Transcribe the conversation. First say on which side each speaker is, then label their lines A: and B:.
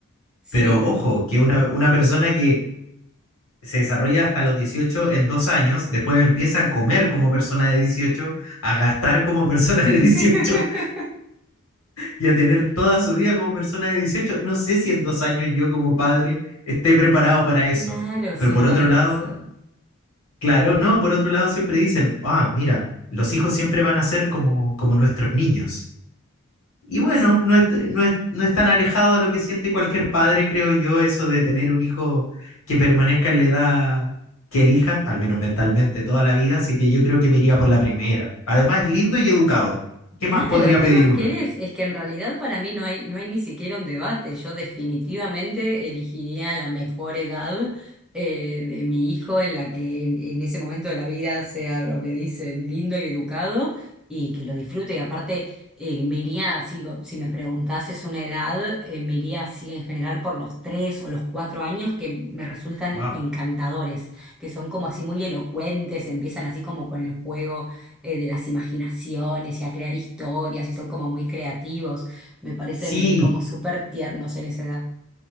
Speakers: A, in the centre; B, on the left.
A: sí.
B: Pero ojo, que una, una persona que se desarrolla hasta los 18 en dos años, después empieza a comer como persona de 18, a gastar como <laughs> persona de
A: <laughs>
B: dieciocho. y a tener toda su vida como persona de dieciocho No sé si en dos años yo como padre esté preparado para eso.
A: Claro,
B: Pero
A: sí,
B: por
A: no lo
B: otro
A: había
B: lado,
A: pensado.
B: claro, no, por otro lado siempre dicen, ah, mira, los hijos siempre van a ser como, como nuestros niños. Y bueno,
A: Sí.
B: no es, no es, no es tan alejado a lo que siente cualquier padre, creo yo, eso de tener un hijo que permanezca en la edad que elija, al menos mentalmente, toda la vida. Así que yo creo que me iría por la primera. Además, es lindo y educado. ¿Qué
A: Claro,
B: más podría
A: ¿qué
B: pedir
A: más
B: uno?
A: querés? Es que en realidad para mí no hay, no hay ni siquiera un debate. Yo definitivamente elegiría la mejor edad eh, de mi hijo en la que en, en ese momento de la vida sea lo que dice lindo y educado y que lo disfrute. Y aparte, eh, me iría, si, si me preguntases una edad, eh, me iría así en general por los tres o los cuatro años que me resultan
B: Wow.
A: encantadores, que son como así muy elocuentes, empiezan así como con el juego eh, de las imaginaciones y a crear historias y son como muy creativos. Me parecen
B: Sí,
A: eh, como súper tiernos en esa edad.